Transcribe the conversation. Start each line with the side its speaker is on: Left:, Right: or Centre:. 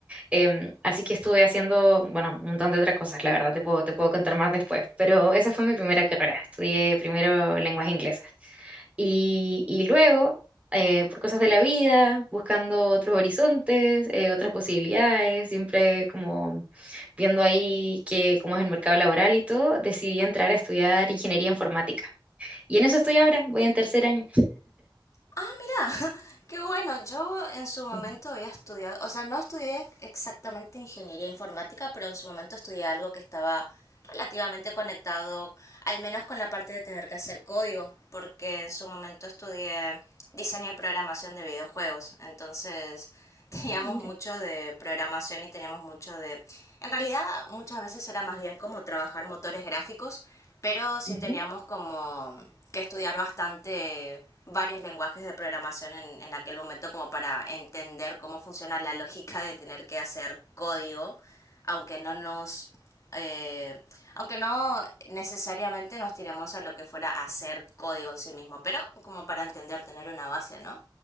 Right: Em, así que estuve haciendo, bueno, un montón de otras cosas, la verdad, te puedo, te puedo contar más después, pero esa fue mi primera carrera. Estudié primero lenguas inglesas y, y luego, eh, por cosas de la vida, buscando otros horizontes, eh, otras posibilidades, siempre como viendo ahí que, cómo es el mercado laboral y todo, decidí entrar a estudiar ingeniería informática. Y en eso estoy ahora, voy en tercer año.
Left: Ah, mira, <laughs> qué bueno. Yo en su momento
Right: Ujú,
Left: había estudiado, o sea, no estudié exactamente ingeniería informática, pero en su momento estudié algo que estaba relativamente conectado, al menos con la parte de tener que hacer código, porque en su momento estudié diseño y programación de videojuegos. Entonces, <laughs> teníamos
Right: Mira.
Left: mucho de programación y teníamos mucho de... En realidad muchas veces era más bien como trabajar motores gráficos, pero sí
Right: Ujú.
Left: teníamos como que estudiar bastante varios lenguajes de programación en, en aquel momento como para entender cómo funciona la lógica de tener que hacer código, aunque no nos eh, aunque no necesariamente nos tiremos a lo que fuera a hacer código en sí mismo, pero como para entender, tener una base, ¿no?